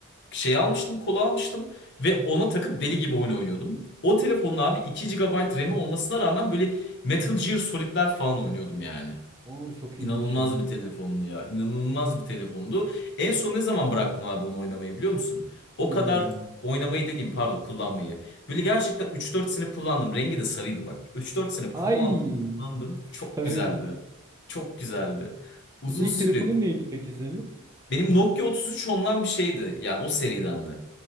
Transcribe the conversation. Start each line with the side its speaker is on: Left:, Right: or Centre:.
Left: şey almıştım, kolu almıştım ve ona takıp deli gibi oyun oynuyordum. O telefonun abi 2 gigabayt RAM'i olmasına rağmen böyle Metal Gear Solid'ler falan oynuyordum yani.
Right: Aa çok
Left: İnanılmaz
Right: iyiymiş ya.
Left: bir telefondu ya. İnanılmaz bir telefondu. En son ne zaman bıraktım abi onu oynamayı biliyor musun? O
Right: Ne
Left: kadar
Right: zaman bu?
Left: oynamayı dediğim pardon kullanmayı. Böyle gerçekten üç dört sene kullandım. Rengi de sarıydı bak. üç dört sene
Right: Ay.
Left: kullandım kullandım. Çok
Right: Sarı
Left: güzeldi.
Right: mı?
Left: Çok güzeldi. Uzun
Right: İlk
Left: süre.
Right: telefonun neydi peki senin?
Left: Benim Nokia 33 ondan bir şeydi. Yani o seriden